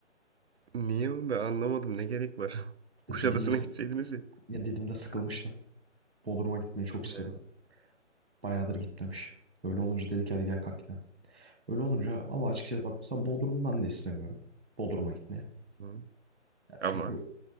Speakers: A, on the right; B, in the centre.
A: Niye oğlum ben anlamadım ne gerek var. <laughs>
B: Didim'de,
A: Kuşadası'na
B: s-
A: gitseydiniz ya.
B: ya Didim'de sıkılmıştı. Bodrum'a gitmeyi çok istedim.
A: He,
B: Bayağıdır gitmemiş. Öyle olunca dedik hadi gel kalk gidelim. Öyle olunca valla açıkçası bak mesela Bodrum'u ben de istemiyorum. Bodrum'a gitmeye.
A: hı.
B: Ya
A: Ama
B: çünkü